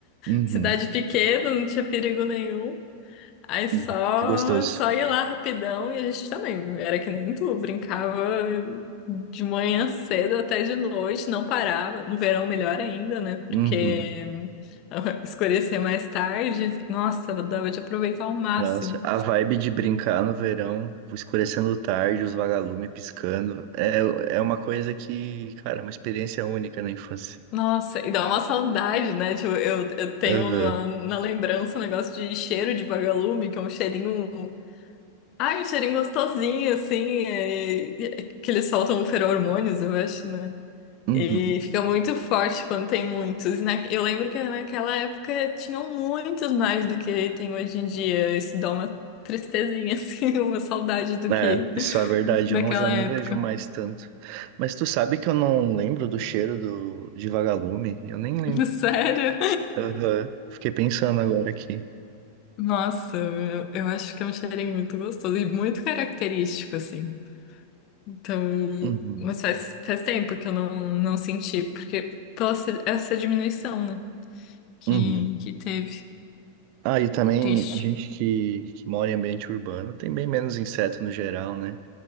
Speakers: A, on the right; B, on the left.
A: Uhum.
B: cidade pequena, não tinha perigo nenhum. Aí só,
A: Uhum. Que gostoso.
B: só ia lá rapidão e a gente também era que nem tu, brincava de manhã cedo até de noite, não parava. No verão, melhor ainda, né? Porque
A: Uhum.
B: <laughs> escurecer mais tarde, nossa, dava de aproveitar ao máximo.
A: Nossa, a vibe de brincar no verão, escurecendo tarde, os vagalumes piscando, é, é uma coisa que, cara, é uma experiência única na infância.
B: Nossa, e dá uma saudade, né? Tipo, eu, eu tenho
A: Uhum.
B: na, na lembrança um negócio de cheiro de vagalume, que é um cheirinho. Ai, um cheirinho gostosinho, assim, é- é que eles soltam feromônios, eu acho, né?
A: Uhum.
B: E fica muito forte quando tem muitos. E na- Eu lembro que naquela época tinham muitos mais do que tem hoje em dia. Isso dá uma tristezinha, <laughs> assim, uma saudade do
A: É,
B: que
A: isso é verdade,
B: naquela
A: eu não, já não
B: época.
A: vejo mais tanto. Mas tu sabe que eu não lembro do cheiro do, de vagalume? Eu nem lembro.
B: <laughs> Sério?
A: Aham, Fiquei pensando agora aqui.
B: Nossa, eu, eu acho que é um cheirinho muito gostoso e muito característico, assim. Então,
A: Uhum,
B: mas faz, faz tempo que eu não, não senti, porque pela se- essa diminuição, né? Que,
A: uhum.
B: que teve.
A: Ah, e também
B: Triste.
A: a gente que, que mora em ambiente urbano tem bem menos inseto no geral, né?